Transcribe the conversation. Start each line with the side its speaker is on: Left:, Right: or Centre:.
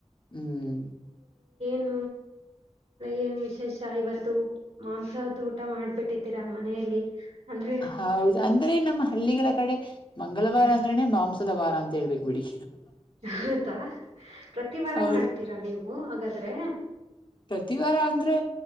Left: ಹ್ಮ್
Right: ಹೂಂ ಏನ್ ವಿಶೇಷ ಇವತ್ತು ಮಾಂಸಹತ್ ಊಟ ಮಾಡ್ಬಿಟ್ಟಿದ್ದೀರಾ ಮನೆಯಲ್ಲಿ ಅಂದ್ರೆ
Left: ಹೌದು ಅ ್ರರೆ ನಮ್ಮ ಹಳ್ಳಿಗಳ ಕಡೆ ಮಂಗಳವಾರ
Right: ಹ್ಮ
Left: ಅಂದ್ರೇನೆ ಮಾಂಸ ದ ವಾರ ಅಂತೇಳ್ಬೇಕು ಬಿಡಿ
Right: ಹೌದಾ ಪ್ರತಿ ವಾರ
Left: ಹೌದು
Right: ಮಾಡ್ತೀರಾ ನೀವು ಹಾಗಾದ್ ದ್ರೇ
Left: ಪ್ರತಿ ವಾರ ಅಂದ್ರೆ